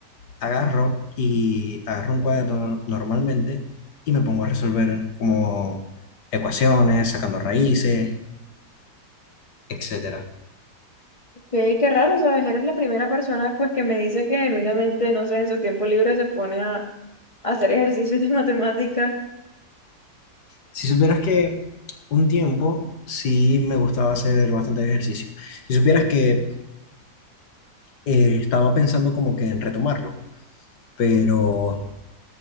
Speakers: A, on the left; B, on the left.
A: agarro y agarro un cuaderno normalmente y me pongo a resolver como ecuaciones, sacando raíces, etcétera.
B: Qué, qué raro, ¿sabes? Eres la primera persona pues que me dice que genuinamente, no sé, en su tiempo libre se pone a, a hacer ejercicios de <laughs> matemática.
A: Si supieras que un tiempo sí me gustaba hacer bastante ejercicio. Si supieras que eh, estaba pensando como que en retomarlo pero